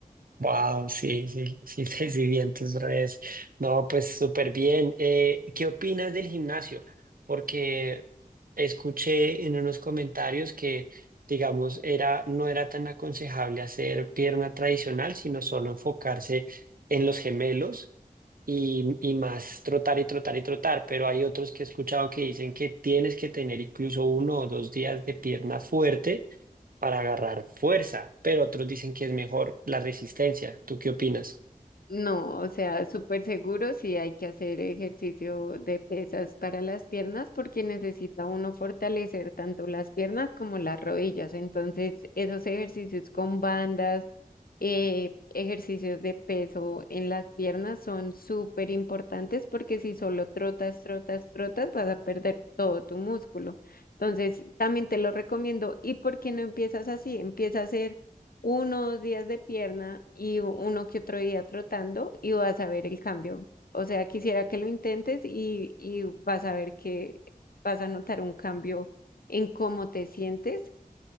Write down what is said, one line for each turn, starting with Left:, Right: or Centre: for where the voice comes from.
Right: Wow, sí, sí, sí, <laughs> te vi en tus redes. No, pues súper bien. Eh, ¿qué opinas del gimnasio? Porque escuché en unos comentarios que, digamos, era, no era tan aconsejable hacer pierna tradicional, sino solo enfocarse en los gemelos y, y más trotar y trotar y trotar, pero hay otros que he escuchado que dicen que tienes que tener incluso uno o dos días de pierna fuerte para agarrar fuerza, pero otros dicen que es mejor la resistencia. ¿Tú qué opinas?
Left: No, o sea, súper seguro sí hay que hacer ejercicio de pesas para las piernas porque necesita uno fortalecer tanto las piernas como las rodillas. Entonces, esos ejercicios con bandas, eh, ejercicios de peso en las piernas son súper importantes porque si solo trotas, trotas, trotas, vas a perder todo tu músculo. Entonces, también te lo recomiendo. ¿Y por qué no empiezas así? Empieza a hacer unos días de pierna y u- uno que otro día trotando y vas a ver el cambio. O sea, quisiera que lo intentes y, y vas a ver que vas a notar un cambio en cómo te sientes